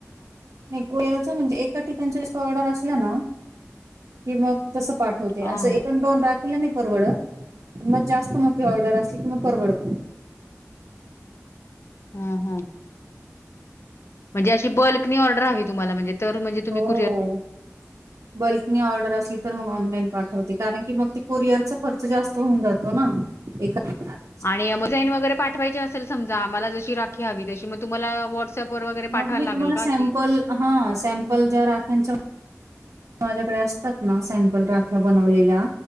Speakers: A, on the right; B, on the left.
A: नाही कोयारच म्हणजे, एका ठिकाणच जास्त ऑर्डर असल्या ना की मग तसं पाठ <unintelligible>
B: हां,
A: अस दोन राखलं नाही परवडत, मग जास्त मोठी ऑर्डर असली की मग परवडत.
B: हं, हं. म्हणजे अशी, बल्कनी ऑडर हवी तुम्हाला म्हणजे तर म्हणजे तुम्ही
A: हो.
B: कुरिअर
A: बल्कनी ऑर्डर असली, तर मग ऑनलाईन पाठवते कारण की, मग ते कुरिअरचा खर्च जास्त होऊन जातो ना. <unintelligible>
B: आणि अमेझॉईन वगैरे पाठवायची असेल समजा, आम्हाला जशी राखी हवी तशी, मग तुम्हाला व <unintelligible> पोर वगैरे
A: मग
B: पाठवाय
A: मी
B: लागल
A: तुम्हाला सॅम्पल
B: का की?
A: हा, सॅम्पल ज्या राख्यांच माझ्याकडे असतात ना, सॅम्पल राख्या बनवलेल्या